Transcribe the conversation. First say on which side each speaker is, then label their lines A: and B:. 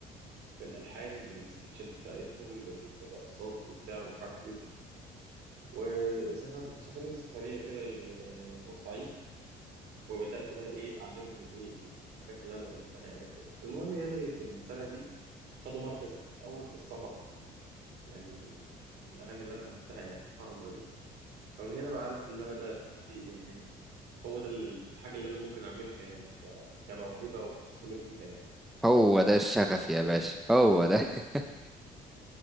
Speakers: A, on the right; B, in the centre.
A: بالالحان بالسكتشات بتاعتهم بالرقصات بتاع مش عارف ايه وكده وسافر سافرنا سفريه كده لبورسعيد وبدات بقى ايه اعلمهم الايه الحاجات اللي انا الفتها يعني وكده المهم يعني في السنه دي خدوا مركز اول في السمر ده يعني بالاغاني اللي انا الفتها يعني الحمد لله فمن هنا بقى عرفت ان انا بقى إيه يعني هو ده ال- الحاجة اللي أنا ممكن أعملها يعني ك- كموهبة وأستمر فيها يعني
B: هو ده الشغف
A: بس
B: يا باشا هو ده <laughs>